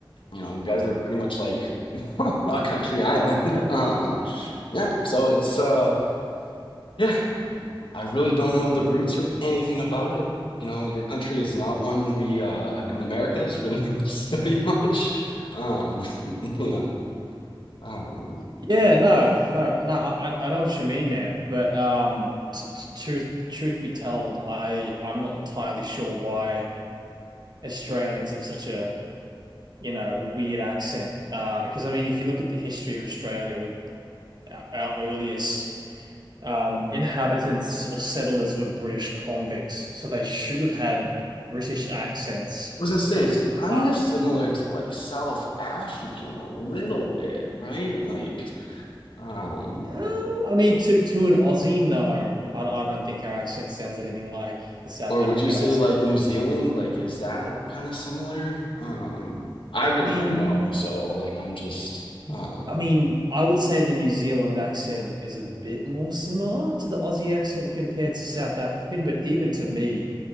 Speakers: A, on the left (about 75°); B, on the right (about 55°).
A: You know, you guys are pretty much like <laughs> a country island. <laughs> Um, yeah, so it's uh Yeah, I really don't know the roots or anything about it. You know, your country is not one we uh, in the Americas really <laughs> study much. Um, <laughs> you know, um,
B: Yeah, no, no, no, I, I I know what you mean, man. But, um, t t- truth, truth be told, I, I'm not entirely sure why Australians have such a you know, weird accent. Uh, because I mean, if you look at the history of Australia, we our, our earliest um, inhabitants or settlers were British convicts, so they should have had British accents.
A: I was gonna say it's kind
B: Uh,
A: of similar to like South African a little bit, right? Like, um,
B: uh, I mean, to to an Aussie, no, I, I don't think our accent sounds anything like the South
A: or
B: African
A: would you say
B: accent,
A: like
B: to be
A: New Zealand?
B: honest.
A: Like, is that kind of similar? Um, I really
B: I mean,
A: don't know. So, like, I'm just,
B: Y-
A: um,
B: I mean, I would say the New Zealand accent is a bit more similar to the Aussie accent compared to South African, but even to me,